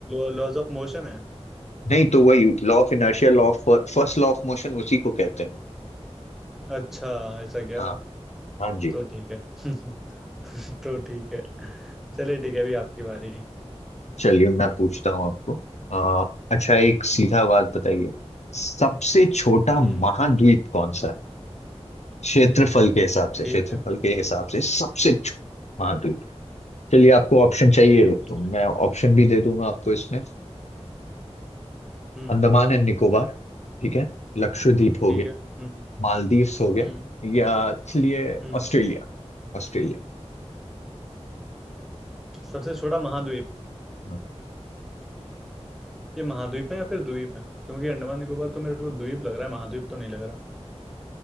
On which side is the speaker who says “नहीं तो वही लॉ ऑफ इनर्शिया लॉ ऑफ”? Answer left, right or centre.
Left